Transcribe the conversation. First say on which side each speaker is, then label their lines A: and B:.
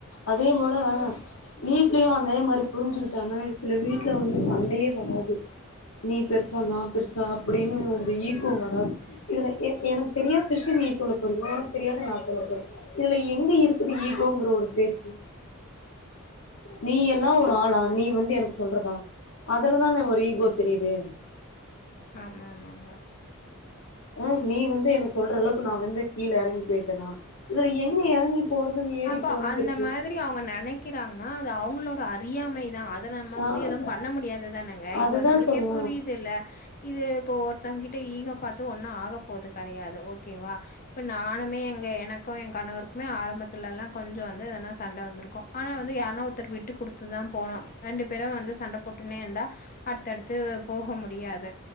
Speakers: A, on the left; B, on the left.
A: அதே போல வீட்லயும் அதே மாரி புரிஞ்சுக்கிட்டனா சில வீட்ல வந்து சண்டயே வராது நீ பெருசா நா பெருசா அப்டின்னு வந்து ஈகோ வராது இதுல எனக் எனக்கு தெரியாத விஷயம் நீ சொல்ல போறீங்க உனக்கு தெரியாத நா சொல்ல போற இதுல எங்க இருக்குது ஈகோங்ற ஒரு பேச்சு
B: இல்லா
A: நீ எல்லா ஒரு ஆளா நீ வந்து எனக்கு சொல்றதா அதுலதான ஒரு ஈகோ தெரியுது
B: ஆமா ஆமாங்க
A: ஆ நீ வந்து எனக்கு சொல்ற அளவுக்கு நான் வந்து கீழ எறங்கி போயிட்டேனா இதுல எங்க எறங்கி போறது ஏறி
B: அப்போ
A: போறது
B: அந்த
A: இருக்கு
B: மாதிரி அவங்க நெனைக்கிறாங்கனா அது அவங்ளோட அறியாமை தா அது அத நம்ம
A: ஆ
B: வந்து எதுவும் பண்ண முடியாதுதானேங்க
A: அதுதா
B: இப்ப நம்ளுக்கே
A: சொல்ற
B: புரியுது இல்ல இது இப்போ ஒருத்தங்க கிட்ட ஈகோ பாத்து ஒன்னு ஆகப் போது கெடயாது ஓகேவா இப்ப நானுமே எங்க எனக்கும் எ கணவருக்குமே ஆரம்பத் லல்லா கொஞ்சம் வந்து எதனா சண்ட வந்துருக்கு ஆனா வந்து யார்னா ஒருத்தர் விட்டு கொடுத்துதா போணும் ரெண்டு பேரும் வந்து சண்ட போட்டுனே இருந்தா அடுத்தடுத்து போக முடியாது